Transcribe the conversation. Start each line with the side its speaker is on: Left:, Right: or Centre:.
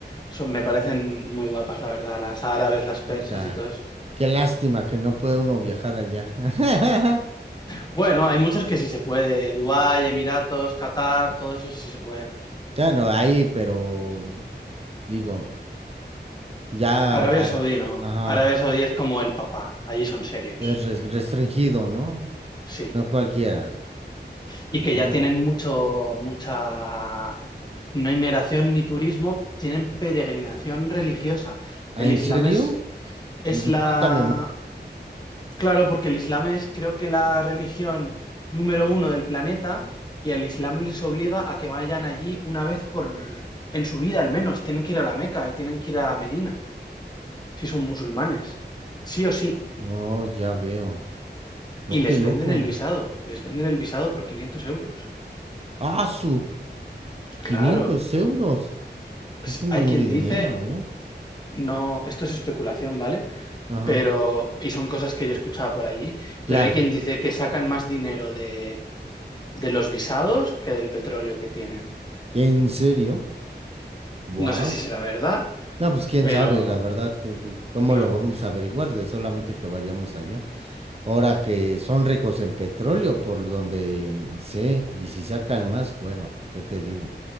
Left: son, me parecen muy guapas, la verdad, las árabes, las persas
Right: Ta-
Left: y todo eso.
Right: Qué lástima que no puede uno viajar allá. <laughs>
Left: Bueno, hay muchos que sí se puede. Dubái, Emiratos, Qatar, todo eso sí se puede.
Right: Bueno, ahí, pero digo, ya,
Left: Arabia
Right: ah,
Left: Saudí no.
Right: ajá,
Left: Arabia Saudí es como el papá. Allí son serios.
Right: es res- restringido, ¿no?
Left: Sí.
Right: No cualquiera. Mira.
Left: Y que ya tienen mucho, mucha, no inmigración ni turismo, tienen peregrinación religiosa.
Right: ¿Ah,
Left: El
Right: en
Left: Islam
Right: serio?
Left: es, es
Right: Bu-
Left: la,
Right: Cuéntame más.
Left: claro, porque el Islam es creo que la religión número uno del planeta y el Islam les obliga a que vayan allí una vez por, en su vida al menos. Tienen que ir a la Meca y tienen que ir a Medina. si son musulmanes, sí o sí,
Right: Oh, ya veo. No,
Left: y les
Right: qué loco.
Left: venden el visado, les venden el visado por 500 euros.
Right: Ah, su
Left: Claro,
Right: 500 euros.
Left: s-
Right: Es un
Left: hay
Right: buen
Left: quien
Right: de dinero,
Left: dice,
Right: ¿eh?
Left: no, esto es especulación, ¿vale?
Right: Ajá,
Left: Pero, y son cosas que yo escuchaba por allí,
Right: claro.
Left: pero hay quien dice que sacan más dinero de, de los visados que del petróleo que tienen.
Right: ¿En serio? Wow.
Left: No sé si será verdad,
Right: No, pues quién
Left: pero,
Right: sabe, la verdad, que- que- cómo
Left: claro.
Right: lo vamos a averiguar de solamente que vayamos allá. Ahora que son ricos en petróleo, por donde mm, sé, y si sacan más, bueno, ¿qué te digo?